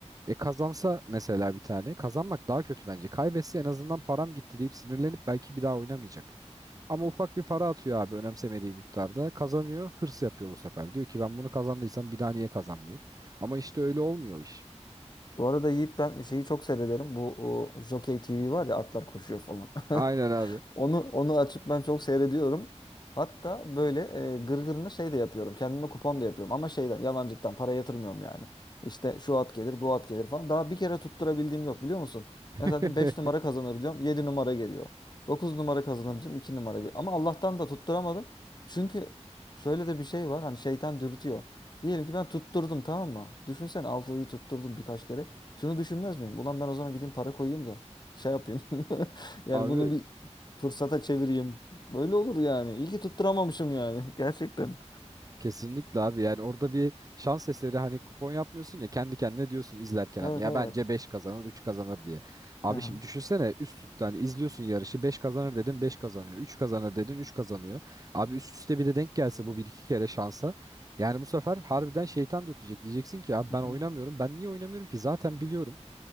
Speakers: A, on the right; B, on the left.
A: E kazansa mesela bir tane kazanmak daha kötü bence. Kaybetse en azından param gitti deyip sinirlenip belki bir daha oynamayacak. Ama ufak bir para atıyor abi önemsemediği miktarda. Kazanıyor, hırs yapıyor bu sefer. Diyor ki ben bunu kazandıysam bir daha niye kazanmayayım? Ama işte öyle olmuyor o iş.
B: Bu arada Yiğit ben şeyi çok seyrederim. Bu o, Jockey TV var ya atlar koşuyor falan. <laughs>
A: Aynen abi.
B: Onu onu açıp ben çok seyrediyorum. Hatta böyle e, gırgırını şey de yapıyorum. Kendime kupon da yapıyorum. Ama şeyden yalancıktan para yatırmıyorum yani. İşte şu at gelir, bu at gelir falan. Daha bir kere tutturabildiğim yok biliyor musun?
A: <laughs>
B: Mesela diyorum 5 numara kazanır diyorum. yedi numara geliyor. dokuz numara kazanır diyorum. iki numara geliyor. Ama Allah'tan da tutturamadım. Çünkü şöyle de bir şey var. Hani şeytan dürtüyor. Diyelim ki ben tutturdum tamam mı? Düşünsene altılıyı tutturdum birkaç kere. Şunu düşünmez miyim? Ulan ben o zaman gideyim para koyayım da şey yapayım. <laughs> Yani
A: Abi
B: bunu bir Fırsata çevireyim. Böyle olur yani. İyi ki tutturamamışım yani. <laughs> Gerçekten.
A: Kesinlikle abi yani orada bir şans eseri hani kupon yapmıyorsun ya kendi kendine diyorsun izlerken
B: Evet
A: hani ya
B: evet.
A: bence 5 kazanır 3 kazanır diye. Abi
B: Hı hı.
A: şimdi düşünsene üst üste hani izliyorsun yarışı 5 kazanır dedin 5 kazanıyor 3 kazanır dedin 3 kazanıyor. Abi üst üste bir de denk gelse bu bir iki kere şansa yani bu sefer harbiden şeytan dürtecek diyeceksin ki abi
B: Hı
A: ben oynamıyorum
B: hı.
A: ben niye oynamıyorum ki zaten biliyorum